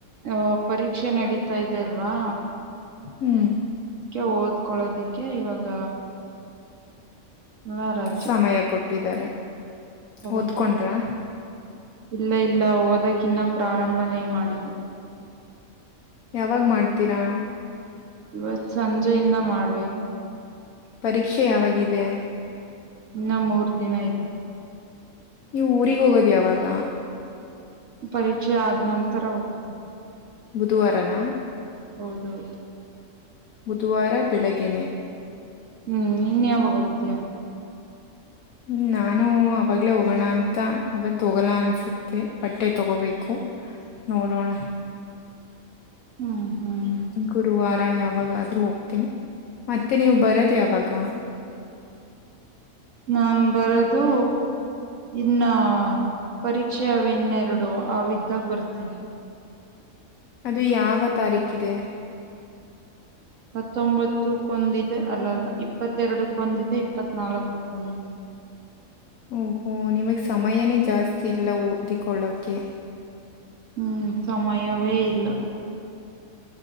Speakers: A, on the right (about 65°); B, on the left (about 75°).
A: ಅ ಪರೀಕ್ಷೆ ನಡೀತಾ ಇದೆ ಅಲ್ವಾ.
B: ಹ್ಮ್.
A: ಕ್ಕೆ ಓದಿಕೊಳ್ಳುವುದಕ್ಕೆ ಇವಾಗ. ಎಲ್ಲ ರಜೆ
B: ಸಮಯ ಕೊಟ್ಟಿದ್ದಾರೆ.
A: ಹೌದೌದು
B: ಓದ್ಕೊಂಡ್ರ.
A: ಇಲ್ಲ ಇಲ್ಲ ಓದಕ ಇನ್ನ ಪ್ರಾರಂಭನೇ ಮಾಡಿಲ್ಲ.
B: ಯಾವಾಗ್ ಮಾಡ್ತೀರಾ.
A: ಇವತ್ ಸಂಜೆಯಿಂದ ಮಾಡ್ಬೇಕು.
B: ಪರೀಕ್ಷೆ ಯಾವಾಗಿದೆ.
A: ಇನ್ನ ಮೂರ್ ದಿನ ಇದೆ
B: ನೀವು ಊರಿಗೆ ಹೋಗೋದ ಯಾವಾಗ
A: ಪರೀಕ್ಷೆ ಆದ ನಂತರ ಹೋಗ್ತೀನಿ
B: ಬುಧವಾರನ
A: ಹೌದ ಹೌದು.
B: ಬುಧವಾರ ಬೆಳಗೆ ನೆ.
A: ಹ್ಮ್ ನೀನ್ ಯಾವಾಗ ಹೋಗ್ತಯಾ.
B: ಹ್ಮ್ ನಾನು ಅವಾಗ್ಲೇ ಹೋಗೋಣ ಅಂತ ಅವತ ಹೋಗಲ್ಲ ಅನ್ಸುತ್ತೆ ಬಟ್ಟೆ ತಗೋಬೇಕು. ನೋಡೋಣ.
A: ಹ್ಮ್ ಹ್ಮ್
B: ಗುರುವಾರ. <unintelligible> ಯಾವಾಗಾದ್ರೂ ಹೋಗ್ತನಿ ಮತ್ತೆ ನೀವು ಬರದ ಯಾವಾಗ.
A: ನಾನ ಬರೋದು. ಇನ್ನ ಪರೀಕ್ಷೆಾವೇ ಇನ್ನೆರಡು ಅವ ಈದ್ಗಾ ಬರ್ತೀನಿ.
B: ಅದು ಯಾವ ತಾರೀಕಿದೆ.
A: ಹತ್ತೊಂಬತ್ತು ಕೊಂದದಿ. ಅಲ್ಲ ಅಲ್ಲ ಇಪ್ಪತ್ತೆರಡು ಕೊಂದಿದೆ ಇಪ್ಪತ್ ನಾಲ್ಕು ಕೊಂದಿದೆ
B: ಓಹೋ ನಿಮಗ್ ಸಮಯನೇ ಜಾಸ್ತಿ ಇಲ್ಲ ಓದಿಕೊಳ್ಳೋಕೆ.
A: ಹ್ಮ್ ಸಮಯವೇ ಇಲ್ಲ